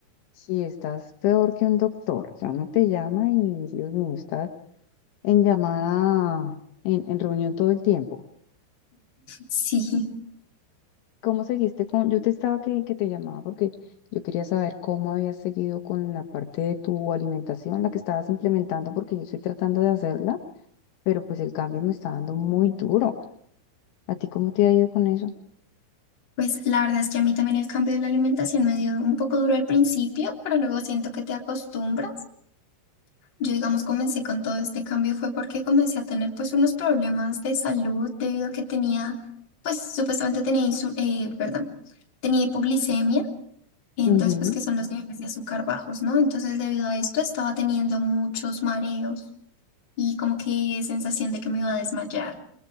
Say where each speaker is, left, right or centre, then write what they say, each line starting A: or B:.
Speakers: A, on the left; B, on the left.
A: Sí, estás peor que un doctor. Ya no te llama y Dios mío, estás en llamada, en, en reunión todo el tiempo.
B: Sí,
A: ¿Cómo seguiste con...? Yo te estaba que, que te llamaba porque yo quería saber cómo habías seguido con la parte de tu alimentación, la que estabas implementando, porque yo estoy tratando de hacerla, pero pues el cambio me está dando muy duro. ¿A ti cómo te ha ido con eso?
B: pues la verdad es que a mí también el cambio de la alimentación me dio un poco duro al principio, pero luego siento que te acostumbras. Yo, digamos, comencé con todo este cambio fue porque comencé a tener pues unos problemas de salud debido a que tenía, pues supuestamente tenía insul eh, perdón, tenía hipoglicemia. Entonces,
A: Ujú.
B: pues que son los niveles de azúcar bajos, ¿no? Entonces, debido a esto, estaba teniendo muchos mareos y como que sensación de que me iba a desmayar.